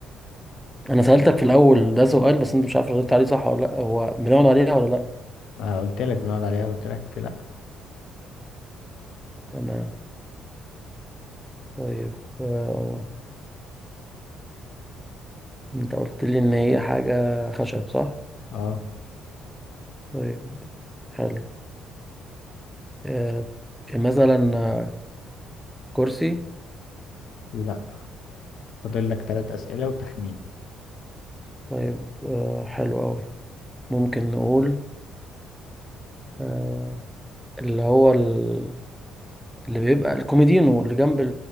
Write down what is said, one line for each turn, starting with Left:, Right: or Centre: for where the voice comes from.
Centre: أنا سألتك في الأول ده سؤال بس أنت مش عارف ردت عليه صح ولا لأ هو بنقعد عليها ولا لأ
Left: ما قلت لك بنقعد عليها قلت لك لا
Centre: تمام طيب آه، أنت قلت لي إن هي حاجة خشب صح؟
Left: اه
Centre: طيب حلو آه، مثلا آه، كرسي
Left: لا فاضل لك ثلاث أسئلة وتخمين
Centre: طيب آه، حلو أوي ممكن نقول آه، اللي هو ال- اللي بيبقى الكوميدينو اللي جنب